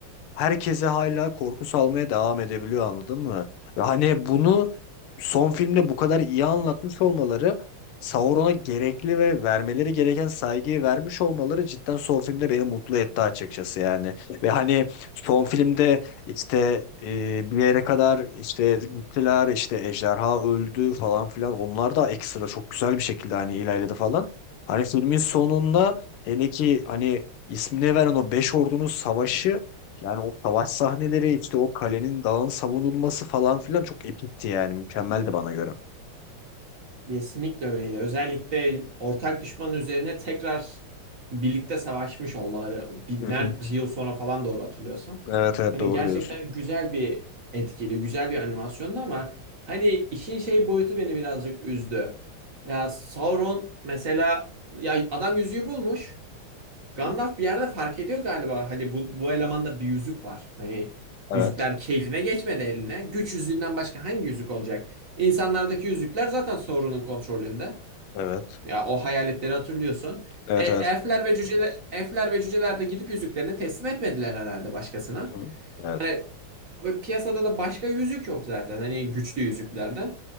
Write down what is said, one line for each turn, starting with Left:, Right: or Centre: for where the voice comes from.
Left: herkese hala korku salmaya devam edebiliyor anladın mı? Ve hani bunu son filmde bu kadar iyi anlatmış olmaları Sauron'a gerekli ve vermeleri gereken saygıyı vermiş olmaları cidden son filmde beni mutlu etti açıkçası yani. Ve hani son filmde işte e, bir yere kadar işte gittiler işte ejderha öldü falan filan onlar da ekstra çok güzel bir şekilde hani ilerledi falan. Hani filmin sonunda hele ki hani ismini veren o beş ordunun savaşı yani o savaş sahneleri işte o kalenin dağın savunulması falan filan çok epikti yani mükemmeldi bana göre.
Right: Kesinlikle öyleydi. Özellikle ortak düşmanın üzerine tekrar birlikte savaşmış olmaları binlerce
Left: Hı hı.
Right: yıl sonra falan doğru hatırlıyorsam.
Left: Evet evet
Right: Hani
Left: doğru
Right: gerçekten
Left: diyorsun.
Right: güzel bir etkili, güzel bir animasyondu ama hani işin şey boyutu beni birazcık üzdü. Ya Sauron mesela ya adam yüzüğü bulmuş. Gandalf
Left: Hı hı.
Right: bir yerde fark ediyor galiba. Hadi bu, bu elemanda bir yüzük var. Hani
Left: Evet.
Right: yüzükler keyfine geçmedi eline. Güç yüzüğünden başka hangi yüzük olacak? İnsanlardaki
Left: Hı hı.
Right: yüzükler zaten Sauron'un kontrolünde.
Left: Evet.
Right: Ya o hayaletleri hatırlıyorsun.
Left: Evet
Right: E, elfler
Left: evet.
Right: ve cüceler, elfler ve cüceler de gidip yüzüklerini teslim etmediler herhalde başkasına.
Left: Hı hı. Evet.
Right: Hani o piyasada da başka yüzük yok zaten. Hani güçlü yüzüklerde.